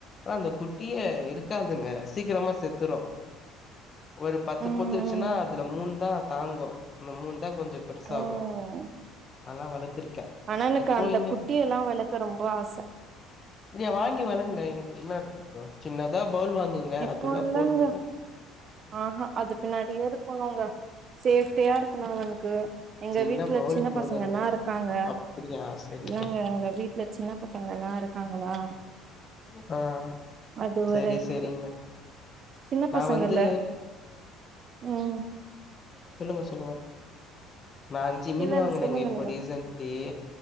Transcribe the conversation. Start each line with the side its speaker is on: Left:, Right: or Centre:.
Left: ஆ அந்த குட்டியே இருக்காதுங்க சீக்கிரமா செத்துரு ஒரு பத்து
Right: ம்
Left: பொத்து வெச்சுன்னா அதுல மூண்தா தாங்கு இந்த மூண்தா கொஞ்சோ பெருசாகு
Right: ம்
Left: நால்லா வளர்த்திருக்கே
Right: ஆனா எனக்கு
Left: இப்போ
Right: அந்த
Left: எங்க
Right: குட்டியல்லா வளக்க ரொம்ப ஆச
Left: நீங்க வாங்கி வளங்க என் என்ன இருக்கு இப்போ சின்னதா பவுல் வாங்குங்க
Right: இப்போ
Left: அதுல்ல
Right: இல்லங்க
Left: போடுங்க
Right: ஆஹா அது பின்னாடியே இருக்கணுங்க சேஃப்ட்டியா இருக்கணு எனக்கு எங்க
Left: சின்ன
Right: வீட்ல
Left: பவுல்
Right: சின்ன
Left: போதுங்க
Right: பசங்கல்லா இருக்காங்க
Left: அப்டியா செரி
Right: இல்லங்க
Left: செரி
Right: எங்க வீட்ல சின்ன பசங்கல்லா இருக்காங்களா
Left: ஆ ஆ
Right: அது
Left: சரி
Right: ஒரு இருக்கு
Left: சரிங்க
Right: சின்ன
Left: நா
Right: பசங்கல
Left: வந்து
Right: ம்
Left: சொல்லுங்க சொல்லுங்க நா அஞ்சி மீன்
Right: இல்ல
Left: வாங்குனங்க
Right: இல்ல சொல்லுங்க
Left: இப்போ
Right: நீங்க
Left: ரீசன்ட்லி